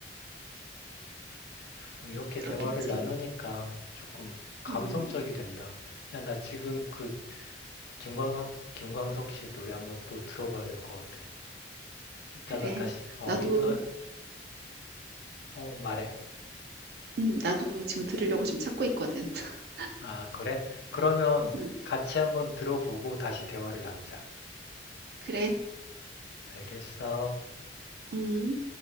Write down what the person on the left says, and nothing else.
어, 이렇게
대화를 나누니까 조금 감성적이
된다. 야, 나 지금 그 김광석, 김광석 씨 노래 한번 또 들어봐야 될 것 같아. 이따가
다시, 어,
이따가, 어, 말해.
아, 그래? 그러면
같이 한번 들어보고 다시 대화를 나누자.
알겠어.